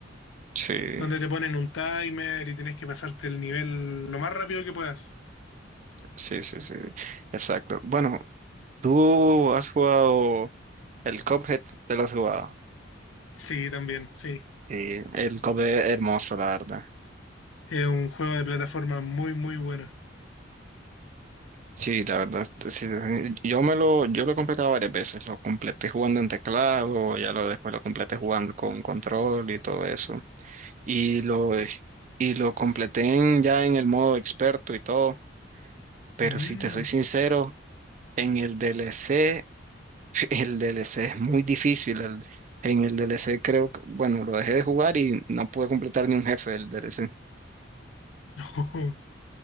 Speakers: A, on the right; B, on the left.
A: Sí,
B: donde te ponen un timer y tienes que pasarte el nivel lo más rápido que puedas.
A: sí, sí, sí, exacto. Bueno, tú has jugado el Cuphead, te lo has jugado.
B: Sí, también, sí.
A: Sí, el Cuphead es hermoso, la verdad.
B: Es un juego de plataforma muy, muy bueno.
A: Sí, la verdad, sí, sí. yo me lo, yo lo he completado varias veces, lo completé jugando en teclado, ya lo después lo completé jugando con control y todo eso, y lo, y lo completé en- ya en el modo experto y todo, pero
B: Mm.
A: si te soy sincero, en el DLC, <laughs> el DLC es muy difícil, el- en el DLC creo que, bueno, lo dejé de jugar y no pude completar ni un jefe del DLC.
B: <laughs>